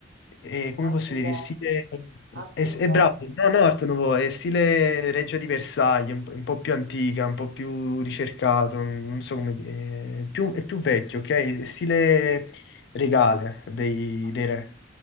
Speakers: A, on the left; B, on the right.
A: eh, come
B: Art
A: posso
B: Nouveau,
A: dire, in stile...
B: Art
A: È,
B: Nouveau.
A: è bravo, no, no, Art Nouveau, è stile Regia di Versailles, un, po' un po' più antica, un po' più ricercato, non so come dire, è più, è più vecchio, ok? È stile regale dei,
B: Ok.
A: dei re.